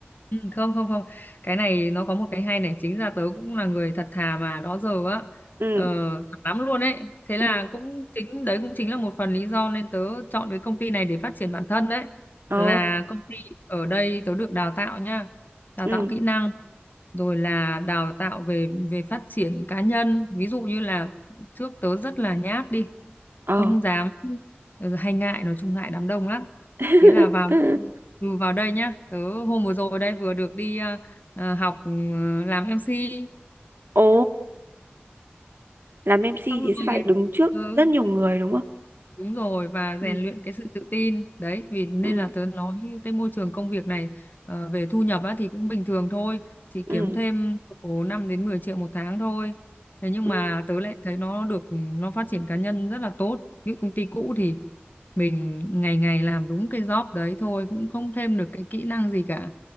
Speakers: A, on the left; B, on the right.
A: Ừ, không không không cái này nó có một cái hay này chính ra tớ cũng là người thật thà mà đó giờ á
B: ừ
A: ờ, thật lắm luôn ấy thế là
B: ừ
A: cũng chính đấy cũng chính là một phần lý do nên tớ chọn cái công ty này để phát triển bản thân đấy
B: ồ
A: là công ty ở đây tớ được đào tạo nha đào
B: ừ
A: tạo kỹ năng rồi là đào tạo về về phát triển cá nhân ví dụ như là trước tớ rất là nhát đi
B: ờ
A: không dám ừ, hay ngại nói chung ngại đám đông lắm
B: <laughs>
A: thế là vào ừ, vào đây nhá tớ hôm vừa rồi đây vừa được đi ờ, ờ, học ừ, làm MC
B: ồ làm MC
A: xong
B: thì
A: rồi
B: sẽ phải đứng trước
A: ừ,
B: rất nhiều người đúng không
A: Đúng rồi và
B: ừ
A: rèn luyện cái sự tự tin đấy vì nên
B: ừ
A: là tớ nói cái môi trường công việc này ờ, về thu nhập á, thì cũng bình thường thôi chỉ kiếm
B: ừ
A: thêm khoảng 5 đến 10 triệu một tháng thôi thế nhưng
B: ừ
A: mà tớ lại thấy nó được nó phát triển cá nhân rất là tốt ví dụ công ty cũ thì mình ngày ngày làm đúng cái job đấy thôi cũng không thêm được cái kỹ năng gì cả